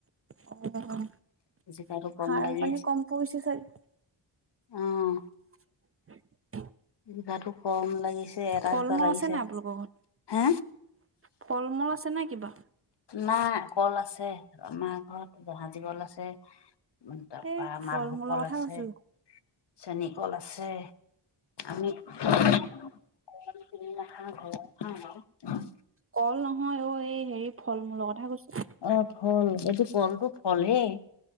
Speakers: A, on the right (about 30°); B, on the left (about 55°).
A: অ
B: জিকাটো কম
A: সাৰ
B: লাগি
A: পানী কম পৰিছে চাগে।
B: অঁ।
A: <inaudible>
B: জিকাটো কম লাগিছে এটা
A: ফল
B: দুটা
A: মূল
B: লাগিছে।
A: আছে নাই আপোনালোকৰ ঘৰত?
B: হে?
A: ফল মূল আছে নাই কিবা?
B: নাই কল আছে, আমাৰ ঘৰত জাহাজী কল আছে তাৰপা
A: এই ফল
B: মালভোগ
A: মূলৰ
B: কল
A: কথা
B: আছে
A: কৈছো
B: চেনী কল আছে আমি কল আমি কিনি নাখাওঁ ঘৰৰ খাওঁ বাও।
A: কল নহয় অ এই হেৰি ফল মূলৰ কথা কৈছোঁ।
B: অ ফল এইটো কলটো ফলেই।